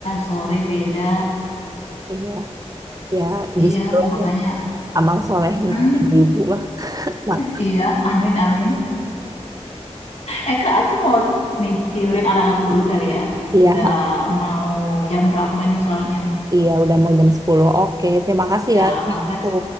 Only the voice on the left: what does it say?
sore beda.
Iya,
makanya
mm,
iya, amin amin. Eh Kak, aku mau nih tiurin anak aku dulu kali ya.
Udah mau jam berapa nih soalnya?
Iya,
makasih